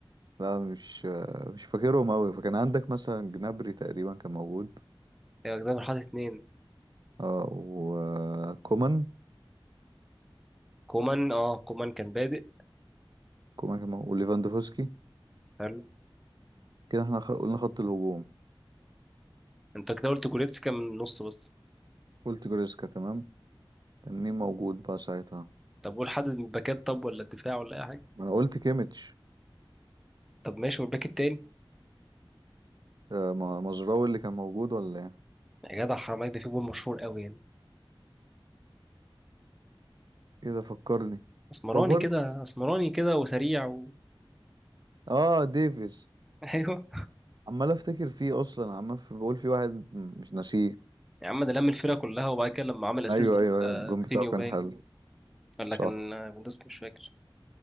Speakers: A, on the right; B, in the centre.
A: لا مش آه، مش فاكرهم أوي فكان عندك مثلا جنابري تقريبا كان موجود
B: جدعان حاطط اتنين
A: اه وكومان
B: كومان اه كومان كان بادئ
A: كومان كان موجود وليفاندوفسكي
B: حلو
A: كده احنا خ- قلنا خط الهجوم
B: انت كده قلت كوريتسكا من النص بس
A: قلت جوريسكا تمام كان مين موجود بقى ساعتها
B: طب قول حد من الباكات طب ولا الدفاع ولا اي حاجه
A: ما انا قلت كيميتش
B: طب ماشي والباك التاني
A: آه، ما- مزراوي اللي كان موجود ولا ايه
B: يا جدع حرام عليك ده في جول مشهور قوي يعني
A: كده فكرني
B: اسمراني
A: بافارد
B: كده اسمراني كده وسريع و...
A: اه ديفيز
B: <laughs> ايوه
A: عمال افتكر فيه اصلا عمال في- بقول في واحد مش ناسيه
B: يا عم ده لم الفرقه كلها وبعد كده لما عمل اسيست
A: ايوه ايوه ايوه الجون
B: لكوتينيو
A: بتاعه كان
B: باين
A: حلو
B: ولا
A: صح
B: كان آه، ليفاندوسكي مش فاكر